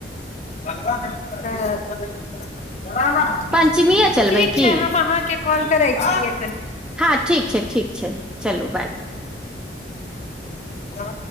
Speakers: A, on the left; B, in the centre.
A: अल <unintelligible>
B: पञ्चमीए चलबै
A: ठीक
B: की
A: छै हम अहाँके कॉल करै छियै
B: हँ ठीक छै ठीक छै चलू बाय
A: <unintelligible> हँ